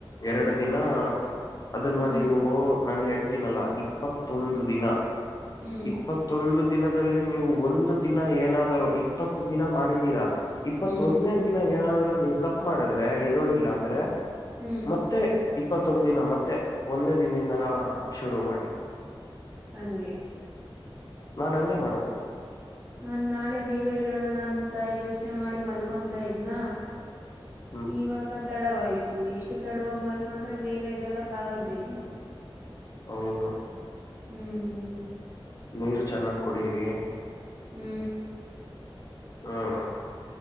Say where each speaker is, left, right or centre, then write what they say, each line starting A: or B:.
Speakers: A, on the left (about 40°); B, on the right (about 20°).
A: ಎರಡು ದಿನ
B: ಹ್ಮ್
A: ಅದನ್ನ
B: ಹ್ಮ್
A: ನೀವು ನಾನು ಹೇಳ್ತೀನಲ್ಲ ಇಪ್ಪತ್ತೊಂದು ದಿನ
B: ಹ್ಮ್
A: ಇಪ್ಪ ಮತ್ತೊಂದು ದಿನದಲ್ಲಿ ನೀವು ಒಂದು ದಿನ ಏನಾದರೂ ಇಪ್ಪತ್ತು ದಿನ ಮಾಡಿದೀರಾ. ಇಪ್ಪತ್ತೊನ್ನೇ
B: ಹ್ಮ್
A: ದಿನ ಏನಾದ್ರ ನೀ ತಪ್ಪ ಮಾಡಿದ್ರೆ ಎದೋಳಿಲ್ಲ ಅಂದ್ರೆ
B: ಹ್ಮ್
A: ಮತ್ತೆ ಇಪ್ಪತ್ತೊಂದ ದಿನ ಮತ್ತೆ ಒಂದೇ ದಿನಿನ ಶುರು ಮಾಡಿ.
B: ಹಂಗೆ
A: ನಾನ ಹಂಗೆ ಮಾಡದು.
B: ನಾನ ನಾಳೆ ಬೇಗ ಇದ್ದೋಳೋಣ ಅಂತ ಯೋಚನೆ ಮಾಡಿ ಮಲ್ಕೊಂತ ಇದ್ನಾ.
A: ಹ್ಮ್
B: ಇವಾಗ ತಡವಾಯ್ತು ಇಷ್ಟು ತಡವಾಗಿವಾಗಿ ಮಲ್ಕೊಂಡ್ರೆ ಬೇಗ ಎದ್ದಳಕ್ ಆಗೋದೇ ಇಲ್ಲ.
A: ಹೌದು.
B: ಹ್ಮ
A: ನೀರು ಚೆನ್ನಾಗ ಕುಡಿರೀ.
B: ಹ್ಮ
A: ಹಾ